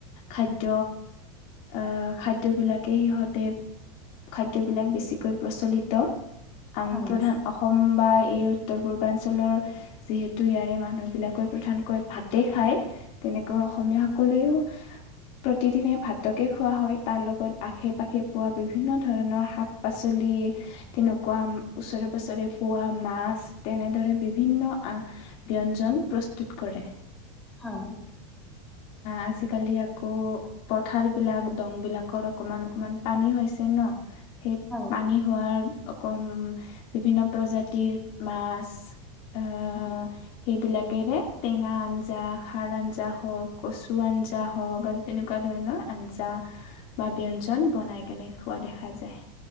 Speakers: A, on the left (about 50°); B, in the centre.
A: খাদ্য আহ খাদ্য বিলাকে সিহঁতে খাদ্য বিলাক বেছিকৈ প্ৰচলিত <unintelligible>
B: হয়
A: প্ৰধান অসম বা এই উত্তৰ পূৰ্বাঞ্চলৰ যিহেতু ইয়াৰে মানুহবিলাকে প্ৰধানকৈ ভাতে খায়। তেনেকৈ অসমীয়াসকলেও প্ৰতিদিনে ভাতকে খোৱা হয় তাৰ লগত আশে পাশে পোৱা বিভিন্ন ধৰণৰ শাক পাচলি। তেনেকুৱা ওচৰে পাঁজৰে পোৱা মাছ তেনেদৰে বিভিন্ন বঞ্জন প্ৰস্তুত কৰে।
B: হয়
A: আজিকালি আকৌ পথাৰ বিলাক দং বিলাকৰ অকমান অকমান পানী হৈছে ন। সেই
B: হয়
A: পানী হোৱাৰ অকণ বিভিন্ন প্ৰজাতিৰ মাছ আহ
B: হয়
A: সেইবিলাকেৰে টেঙা আঞ্জা খাৰ আঞ্জা হওক কচু আঞ্জা হওক আৰু তেনেকুৱা ধৰণৰ আঞ্জা বা ব্যঞ্জন বনাই কেনে খোৱা দেখা যায়।